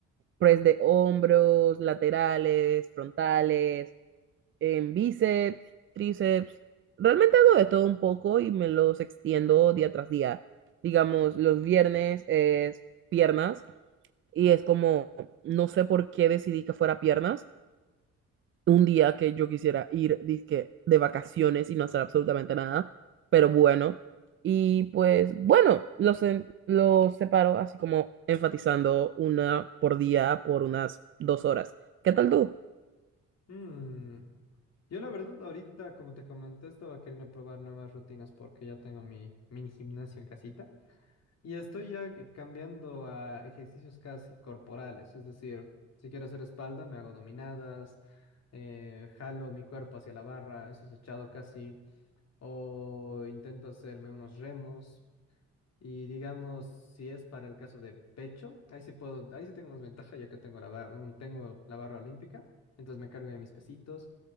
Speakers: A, on the right (about 40°); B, on the left (about 60°).
A: press de hombros, laterales, frontales, en bíceps, tríceps. Realmente hago de todo un poco y me los extiendo día tras día. Digamos, los viernes es piernas, y es como, no sé por qué decidí que fuera piernas un día que yo quisiera ir dizque, de vacaciones y no hacer absolutamente nada, pero bueno. Y pues bueno, los, en- los separo así como enfatizando una por día por unas dos horas. ¿Qué tal tú?
B: Mm, Yo la verdad ahorita, como te comenté, estaba queriendo probar nuevas rutinas porque ya tengo mi mini gimnasio en casita. Y estoy ya que- cambiando a ejercicios casi corporales, es decir, si quiero hacer espalda, me hago dominadas, eh, jalo mi cuerpo hacia la barra, eso es echado casi, o intento hacerme unos remos. Y digamos, si es para el caso de pecho, ahí sí puedo, ahí sí tengo más ventaja ya que tengo la, ba- un- tengo la barra olímpica, entonces me cargo ya mis pesitos.